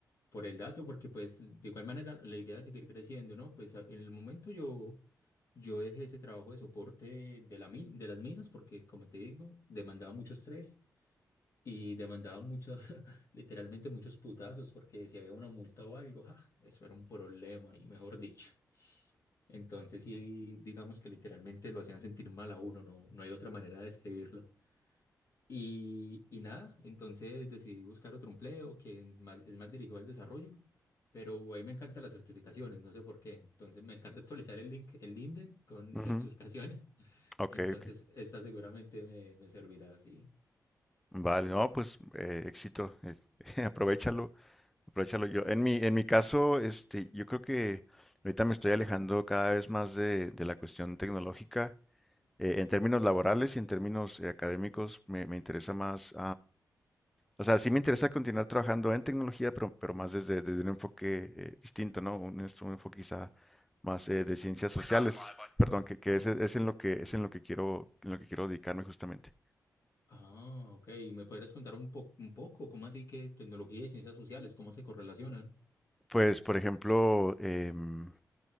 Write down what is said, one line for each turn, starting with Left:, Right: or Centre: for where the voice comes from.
Left: por el dato, porque pues de igual manera la idea es seguir creciendo, ¿no? Pues a- en el momento yo, yo dejé ese trabajo de soporte de, la min- de las minas porque, como te digo, demandaba mucho estrés y demandaba muchos, <laughs> literalmente muchos putazos, porque si había una multa o algo, ¡ja! eso era un problema y mejor dicho. Entonces sí, digamos que literalmente lo hacían sentir mal a uno, no, no hay otra manera de describirlo. Y, y nada, entonces decidí buscar otro empleo que más- es más dirigido al desarrollo, pero ahí me encantan las certificaciones, no sé por qué. Entonces me encanta <laughs> actualizar el link, el LinkedIn con
Centre: Ujú.
Left: <laughs> certificaciones.
Centre: Ok,
Left: Entonces
Centre: ok.
Left: esta seguramente me, me servirá así.
Centre: Vale, no, pues eh, éxito, es- <laughs> aprovechalo, aprovechalo yo. En mi, en mi caso, este, yo creo que ahorita me estoy alejando cada vez más de, de la cuestión tecnológica. Eh, en términos laborales y en términos eh, académicos me, me interesa más, O sea, sí me interesa continuar trabajando en tecnología, pero, pero más desde, desde un enfoque eh, distinto, ¿no? Un, es- un enfoque quizá más eh, de ciencias sociales, perdón, que, que
Left: Ah,
Centre: es, es en lo que es en lo que quiero, en lo que quiero dedicarme justamente.
Left: ah, ok. ¿Me podrías contar un po- un poco cómo así que tecnología y ciencias sociales, cómo se correlacionan?
Centre: Pues, por ejemplo, em,